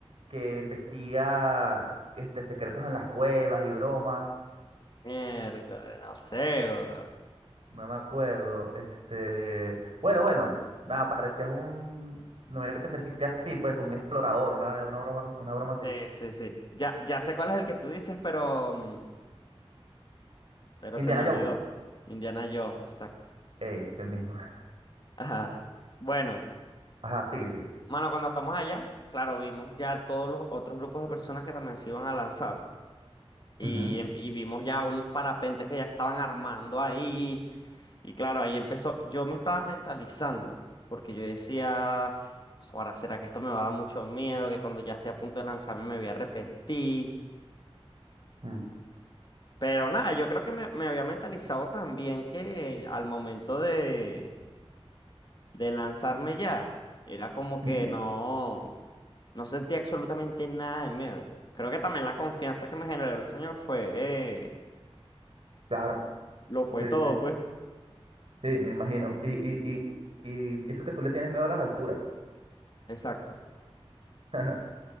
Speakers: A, on the right; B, on the left.
A: que investiga este, secretos en las cuevas y bromas.
B: miércoles, no sé. weón.
A: No me acuerdo. Este, bueno, bueno, nada, parecías un. Me imagino que te sentiste así, pues, como un explorador, una, una broma, una broma así.
B: Sí, sí, sí. Ya, ya sé cuál es el que tú dices, pero, mm, pero
A: Indiana
B: se me olvidó.
A: Jones.
B: Indiana Jones, exacto.
A: Eh, ese mismo.
B: Ajá. Bueno,
A: <laughs> Ajá, sigue, sigue.
B: mano, cuando estamos allá, claro, vimos ya todos los otros grupos de personas que también se iban a lanzar. Y,
A: Ujú,
B: em- y vimos ya unos parapentes que ya estaban armando ahí. Y claro, ahí empezó. Yo me estaba mentalizando, porque yo decía, ahora será que esto me va a dar mucho miedo, que cuando ya esté a punto de lanzarme me voy a arrepentir.
A: mm,
B: Pero nada, yo creo que me, me había mentalizado también que al momento de, de lanzarme ya, era como que
A: ujú.
B: no, no sentía absolutamente nada de miedo. Creo que también la confianza que me generó el señor fue, eh,
A: Claro,
B: lo fue
A: sí,
B: todo,
A: sí.
B: pues.
A: Sí, me imagino. Y, y, y, y eso que tú le tienes miedo a las alturas.
B: Exacto.
A: <laughs>